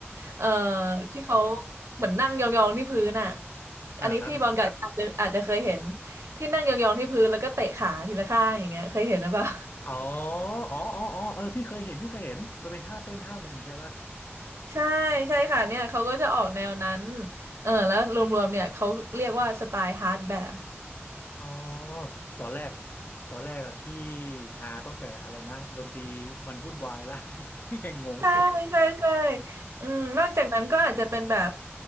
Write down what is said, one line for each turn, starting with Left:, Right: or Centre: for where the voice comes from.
Left: อ่า
Right: เอ่อที่เขาเหมือนนั่งยองๆที่พื้นอ่ะ
Left: อ่าฮะ
Right: อันนี้พี่บอลก็อาจจะอาจจะเคยเห็น ที่นั่งยองๆที่พื้นแล้วก็เตะขาทีละข้างอย่างเงี้ยเคยเห็นหรือเปล่า
Left: อ๋ออ๋ออ๋ออ๋อเออพี่เคยเห็นพี่เคยเห็น มันเป็นท่าเต้นท่าหนึ่งใช่ป่ะ
Right: <laughs> ใช่ใช่ค่ะเนี่ยเขาก็จะออกแนวนั้นเออแล้วรวมๆเนี่ยเขาเรียกว่าสไตล์ฮาร์ดแบส
Left: อ๋อตอนแรกตอนแรกอะพี่หาตั้งแต่อะไรนะดนตรีมันวุ่นวายและ <laughs> ยังงงอยู่
Right: ใช่ใช่ใช่อืมนอกจากนั้นก็อาจจะเป็นแบบ